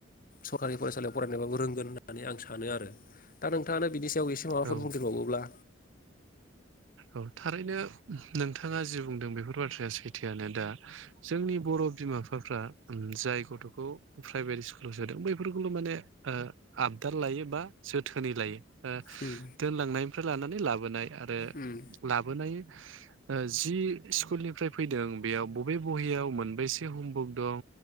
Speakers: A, on the left; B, on the right.
A: सरकारि फरायसालियाव फरायनायबाबो रों गोन होननानै आं सानो आरो दा नोंथाङानो बिदि याव एसे माबाफोर
B: औ
A: बुंदेर बावोब्ला
B: औ थारैनो नोंथाङा जि बुंदों बेफोर बाथ्राया सैथोआनो दा जोंनि बर' बिमा बिफाफ्रा उम जाय गथ'खौ प्राइभेट स्कुलाव सोदों बैफोरखौल' माने ओ आबदाल लायो बा जोथोनै लायो। ओ
A: उम
B: दोनलांनायनिफ्राय लानानै लाबोनाय आरो
A: उम
B: लाबोनाय ओ जि स्कुलनिफ्राय फैदों बेयाव बबे बहियाव मोनबेसे हमवर्क दं